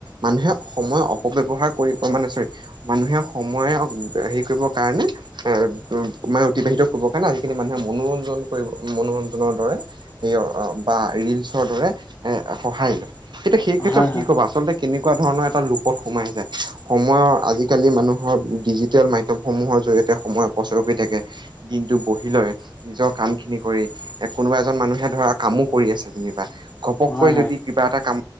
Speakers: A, on the right; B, on the left.
A: মানুহে সময় অপব্যৱহাৰ কৰিব মানে চৰি মানুহে সময়ক হেৰি কৰিব কাৰণে এ মানে অতিবাহিত কৰিবৰ কাৰণে আজিকালি মানুহে মনোৰঞ্জন কৰিব মনোৰঞ্জনৰ দৰে এইয়া বা ৰিলচৰ দৰে এ, সহায় লয় তেতিয়া সেই ক্ষেত্ৰত
B: হয়
A: কি
B: হয়
A: ক'ব, আচলতে কেনেকুৱা ধৰণৰ এটা লোপত সোমাই আহিছে, সময়ৰ আজিকালি মানুহৰ ডিজিটেল মাধ্যম সমূহৰ জৰিয়তে সময় অপচয় কৰি থাকে, দিনটো বহি লয়। নিজৰ কামখিনি কৰি এ, কোনোবা এজন মানুহে ধৰা কামো কৰি আছে যেনিবা ঘপককৈ
B: হয় হয়
A: যদি কিবা এটা কাম